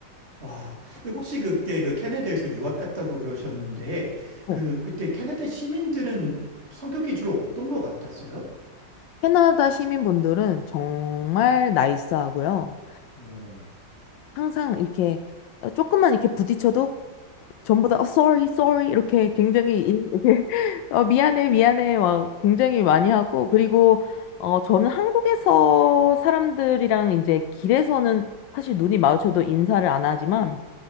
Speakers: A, on the right; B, on the left.
A: 와, 그 혹시 그때 그 캐나다에서 유학 갔다고 그러셨는데
B: 어.
A: 그 그때 캐나다 시민들은 성격이 주로 어떤 것 같았어요?
B: 캐나다 시민분들은 정말 나이스하고요.
A: 음.
B: 항상 이렇게 조금만 이렇게 부딪혀도 전부 다 어, sorry, sorry 이렇게 굉장히 인- <laughs> 어, 미안해, 미안해, 막 굉장히 많이 하고, 그리고, 어, 저는 한국에서 사람들이랑 이제 길에서는 사실 눈이 마주쳐도 인사를 안 하지만,